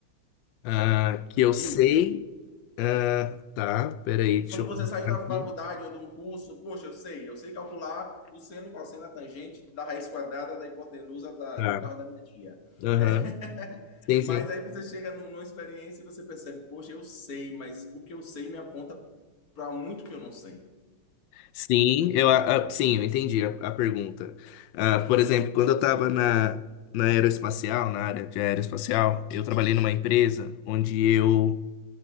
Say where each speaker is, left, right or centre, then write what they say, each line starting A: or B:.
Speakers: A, on the left (about 75°); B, on the left (about 45°).
A: Ah, que eu sei.
B: Filme.
A: ah, tá, peraí, deixa
B: Quando
A: eu.
B: você
A: colocar
B: saiu da
A: Aqui.
B: faculdade ou de um curso, poxa, eu sei, eu sei calcular o seno, cosseno, a tangente da raiz quadrada da hipotenusa da-
A: Tá,
B: do carro da minha tia.
A: aham,
B: É,
A: Sim,
B: Mas
A: sim.
B: aí você chega num- numa experiência e você percebe, poxa, eu sei, mas o que eu sei me aponta para muito que eu não sei.
A: Sim, eu, a- a- sim, eu entendi a, a pergunta. Ah, por exemplo, quando eu estava na, na aeroespacial, na área de aeroespacial, eu trabalhei numa empresa onde eu